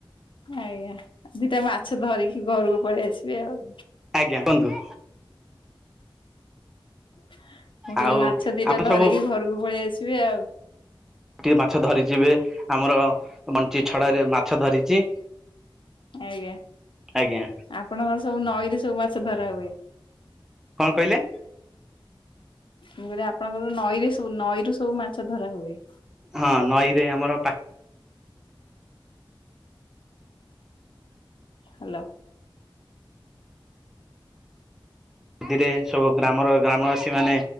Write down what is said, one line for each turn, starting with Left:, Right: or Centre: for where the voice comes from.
Left: ଆଜ୍ଞା ଦିଟା ମାଛ ଧରିକି ଘରକୁ ପଳେଇ ଆସିବେ ଆଉ।
Centre: ଆଜ୍ଞା କୁହନ୍ତୁ।
Left: ମୁଁ କହିଲିି
Centre: ଆଉ
Left: ମାଛ ଦିଟା
Centre: ଆପଣ
Left: ଧରିକି
Centre: ସବୁ
Left: ଘରକୁ ପଳେଇ ଆସିବେ ଆଉ।
Centre: ଟିକେ ମାଛ ଧରିଛି ଏବେ ଆମର ବଞ୍ଚୀ ଛଡରେ ମାଛ ଧରିଛି।
Left: ଆଜ୍ଞା
Centre: ଆଜ୍ଞା
Left: ଆପଣଙ୍କର ସବୁ ନଈରେ ସବୁ ମାଛ ଧରା ହୁଏ।
Centre: କଣ କହିଲେ।
Left: ମୁଁ କହିଲି ଆପଣଙ୍କର ନଈରେ ସବୁ ନଈରୁ ସବୁ ମାଛ ଧରା ହୁଏ।
Centre: ହଁ ନଈରେ ଆମର ପା
Left: ହ୍ୟାଲୋ।
Centre: ସେଥିରେ ସବୁ ଗ୍ରାମର ଗ୍ରାମବାସୀ ମାନେ